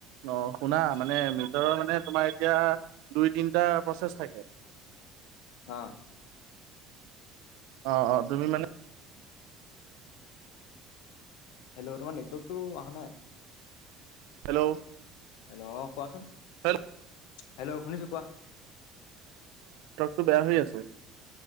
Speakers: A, on the right; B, on the left.
A: অ' শুনা মানে মিটাৰৰ মানে তোমাৰ এতিয়া দুই তিনিটা প্ৰচেছ থাকে।
B: অ',
A: অ'-অ' তুমি মানে
B: হেল্ল' তোমান নেটৱৰ্ক টো অহা নাই।
A: হেল্ল',
B: হেল্ল' কোৱাচোন
A: হেল্ল'
B: হেল্ল' শুনিছো কোৱা?
A: টো বেয়া হৈ আছে।